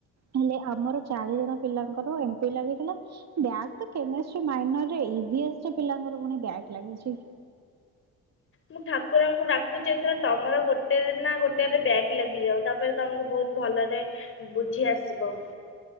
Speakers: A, on the right; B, on the left.
A: ହେଲେ ଆମର ଚାରି ଜଣ ପିଲାଙ୍କର ଏମ ପି ଲାଗିଥିଲା। ବ୍ୟାଗ୍ ତ କେମଷ୍ଟି ମାଇନର ରେ ଇଭି ଏସ ପିଲାଙ୍କର ପୁଣି ବ୍ୟାଗ ଲାଗିଚି।
B: ମୁଁ ଠାକୁରାଙ୍କୁ ଡାକୁଛି ଏଥର ତମର ଗୋଟେରେ ନା ଗୋଟେ ରେ ବ୍ୟାଗ୍ ଲାଗିଯାଉ ତା ପରେ ତୁମକୁ ବହୁତ ଭଲରେ ବୁଝି ଆସିବ।